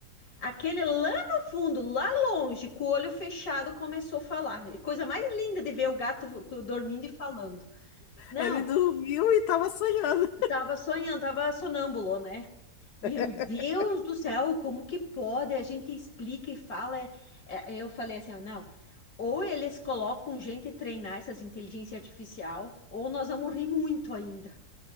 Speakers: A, on the left; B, on the left.
A: Aquele lá no fundo, lá longe, com o olho fechado, começou a falar. E Coisa mais linda de ver o gato dormindo e falando. Não,
B: Ele dormiu e estava sonhando.
A: tava sonhando, tava sonâmbulo, né? Meu
B: <laughs>
A: Deus do céu, como que pode? A gente explica e fala. é- é- eu falei assim, ó, não. Ou eles colocam gente treinar essas inteligência artificial, ou nós vamos rir muito ainda.